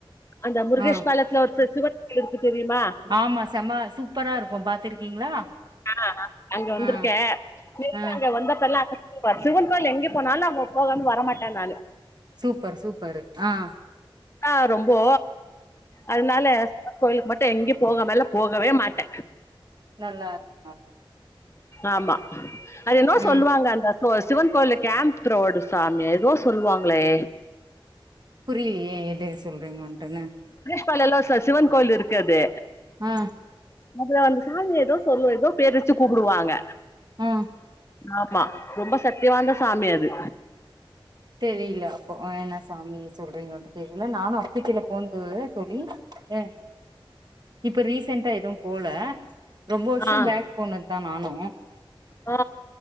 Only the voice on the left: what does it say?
அந்த முருகேஷ்
பாலத்ல ஒர் ஃரெஜ் சிவட் கிலர்கு தெரியுமா
ஆஹ்ஆ அங்க வந்துருக்க
மின்ட்
அங்க வந்தப்பெல்லா <inaudible> சிவன் கோயில் எங்கேப் பொனாலமோ போகாமே வரமாட்ட நாலு
ஆஹ் ரொம்போ அத்னால கோயிலுக்கு மட்டு எங்யு போகமெல்ல போகவே மாட்ட
ஆமா அது என்னோ
சொல்லுவங்க அந்தா சிவன் கோவில கேம்ப் ரோடு சாமி ஏதோ சொல்லுவாங்களே
கோயில் இல்ல ச சிவன் கோயில் இருக்கு அது
அதுல அது அந்த சாமி ஏதோ சொல்லு ஏதோ பேரு வச்சு கூப்புடுவாங்க
ஆமா ரொம்ப சக்தி வாய்ந்த சாமி அது
ஆ
ஆ